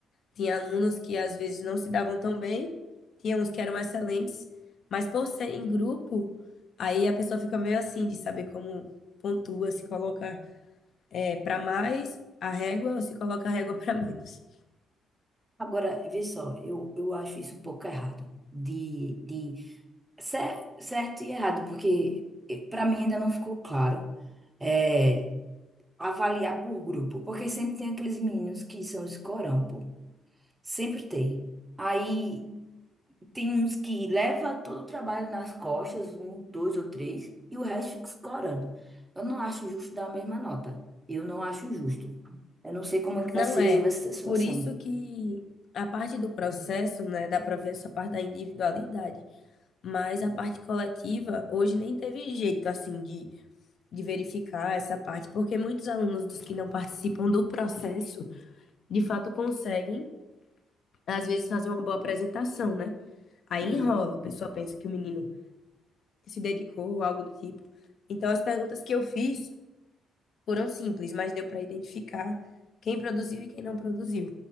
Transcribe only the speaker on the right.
Agora, vê só, eu, eu acho isso um pouco errado, de, de cer- certo e errado, porque para mim ainda não ficou claro é, avaliar por grupo, porque sempre tem aqueles meninos que são escorão, pô, sempre tem. Aí tem uns que leva todo o trabalho nas costas, um, dois ou três, e o resto fica escorando. Eu não acho justo dar a mesma nota, eu não acho justo. Eu não sei como é que
vai se
resolver essa situação.
Uhum.